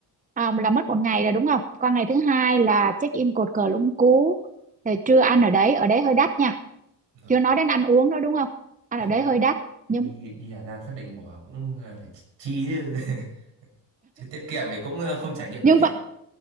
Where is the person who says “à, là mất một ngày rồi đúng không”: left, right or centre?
Right